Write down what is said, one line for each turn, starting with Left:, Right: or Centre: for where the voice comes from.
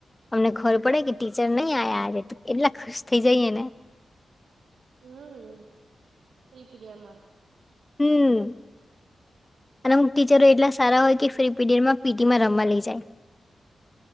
Left: અમને ખબર પડે કે ટીચર નહી આ્યા આજે તો એટલા ખુશ થઇ જઈએ ને
Right: હમ ફ્રી પીડીયાાર મળે
Left: હમ્મ અને ટીચરો એટલા સારા હોય કે ફ્રી પીરિયડમાં પીટીમાં રમવા લઈ જાય.